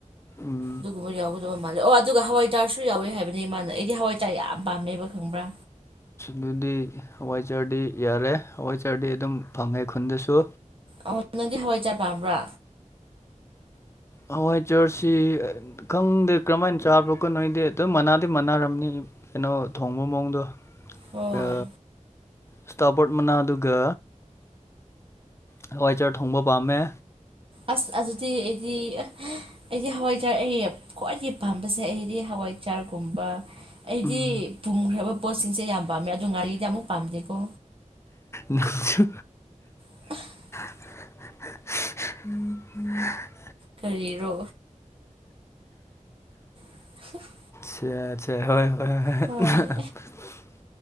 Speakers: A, on the left (about 20°); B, on the right (about 45°).
A: ꯎꯝ
B: ꯗꯨꯒꯨꯝꯕ ꯌꯥꯎꯒꯗꯕ ꯃꯥꯜꯂꯦ ꯑꯣ ꯑꯗꯨꯒ ꯍꯋꯥꯏ ꯊꯥꯔꯁꯨ ꯌꯥꯎꯋꯦ ꯍꯥꯏꯕꯅ‌ꯦ ꯃꯥꯅ ꯑꯩꯗꯤ ꯍꯋꯥꯏ ꯆ ꯌꯥꯝ ꯄꯥꯝꯃꯦꯕ ꯈꯪꯕ꯭ꯔꯥ
A: ꯗꯨꯗꯤ ꯍꯋꯥꯏꯖꯥꯔꯗꯤ ꯌꯥꯔꯦ ꯍꯋꯥꯏꯖꯥꯔꯗꯤ ꯑꯗꯨꯝ ꯐꯪꯉꯦ ꯈꯨꯟꯗꯁꯨ
B: ꯑ‌ꯣ ꯅꯪꯗꯤ ꯍꯋꯥꯏꯖꯥꯔ ꯄꯥꯝꯕ꯭ꯔꯥ
A: ꯍꯋꯥꯏꯖꯥꯔꯁꯤ ꯈꯪꯗꯦ ꯀꯝꯃꯥꯏꯟ ꯆꯥꯕ꯭ꯔꯣ ꯀꯣ ꯅꯣꯏꯗꯤ ꯑꯗꯨꯝ ꯃꯅꯥꯗꯤ ꯃꯅꯥꯔꯝꯅꯤ ꯀꯩꯅꯣ ꯊꯣꯡꯕ ꯃꯑꯣꯡꯗꯣ
B: ꯍꯣꯏ
A: ꯑ ꯏꯁꯇꯥꯕꯔ‌ꯣꯠ ꯃꯅꯥꯗꯨꯒ ꯍꯋꯥꯏꯖꯥꯔ ꯊꯣꯡꯕ ꯄꯥꯝꯃꯦ
B: ꯑꯁ ꯑꯗꯨꯗꯤ ꯑꯩꯗꯤ ꯑꯩꯗꯤ ꯍꯋꯥꯏꯖꯥꯔ ꯑꯩ ꯈ꯭ꯋꯥꯏꯗꯒꯤ ꯄꯥꯝꯕꯁꯦ ꯑꯩꯗꯤ ꯍꯋꯥꯏ ꯆꯥꯔꯒꯨꯝꯕ ꯑꯩꯗꯤ
A: ꯎꯝ
B: ꯄꯨꯝꯈ꯭ꯔꯕ ꯄꯣꯠꯁꯤꯡꯁꯦ ꯌꯥꯝ ꯄꯥꯝꯃꯦ ꯑꯗꯨ ꯉꯥꯔꯤꯗꯤ ꯑꯃꯨꯛ ꯄꯥꯝꯗꯦꯀꯣ
A: ꯅꯪꯁꯨ
B: <unintelligible>
A: <unintelligible>
B: ꯀꯔꯤꯔꯣ <inaudible>
A: ꯁꯦꯠ ꯁꯦ ꯍꯣꯏ ꯍꯣꯏ
B: ꯍꯣꯏ
A: <unintelligible>